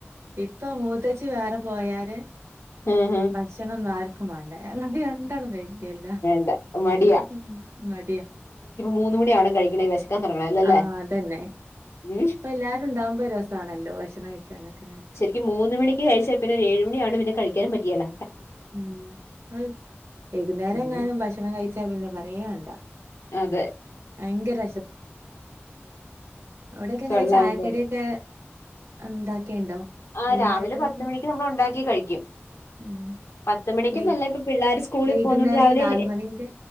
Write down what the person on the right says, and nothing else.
ഇപ്പൊ മൂത്തച്ചി വേറെ പോയാരെ
ഭക്ഷണം ഒന്നും ആർക്കും വേണ്ട ഞങ്ങള് രണ്ടാളും കഴിക്കലില്ല
മ്മ് മടിയാ
ആഹ് അതന്നെ
ഇപ്പൊ എല്ലാരും ഉണ്ടാവുമ്പോ ഒരു രസണല്ലോ ഭക്ഷണം കഴിക്കാാനൊക്കെ നേ
ഉം ആഹ് വൈകുന്നേരം
എങ്ങാനും ഭക്ഷണം കഴിച്ചാ പിന്നെ പറയേ വേണ്ട
ഭയങ്കര അവടൊക്കെ എങ്ങനെ
ചായക്കടിയൊക്ക
ഉണ്ടാക്കിയുണ്ടോ
പലഹാരങ്ങളൊക്കെ
ഉം
വൈ
വൈകുന്നേരം
നാല് മണിന്റെ